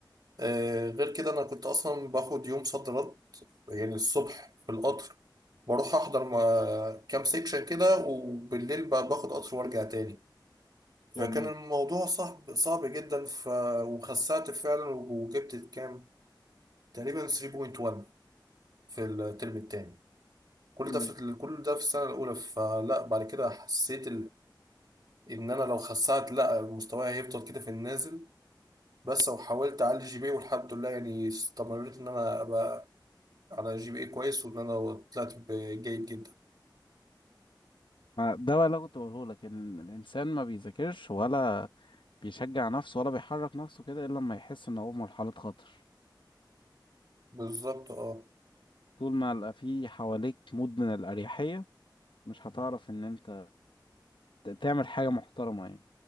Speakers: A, on the right; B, on the left.
A: آه غير كده أنا كنت أصلا باخد يوم صد رد يعني الصبح في القطر بروح أحضر ما- كام سيكشن كده وبالليل ب- باخد قطر وأرجع تاني فكان
B: جميل
A: الموضوع صعب صعب جدا ف... وخسعت فعلا وجبت كام تقريبا 3.1 في الترم التاني كل
B: مم.
A: ده في كل ده في السنة الأولى فلا بعد كده حسيت ان انا لو خسعت لا مستواي هيفضل كده في النازل بس لو حاولت اعلي جي بي إيه والحمد لله يعني استمريت ان انا ابقى على جي بي اي كويس وان انا طلعت ب- جيد جدا
B: ما- ده بقى اللي أنا كنت بقوله لك إن الإنسان ما بيذاكرش ولا بيشجع نفسه ولا بيحرك نفسه كده إلا لما يحس إن هو في مرحلة خطر
A: بالظبط اه
B: طول ما يبقى في حواليك مود من الأريحية مش هتعرف إن أنت ت- تعمل حاجة محترمة يعني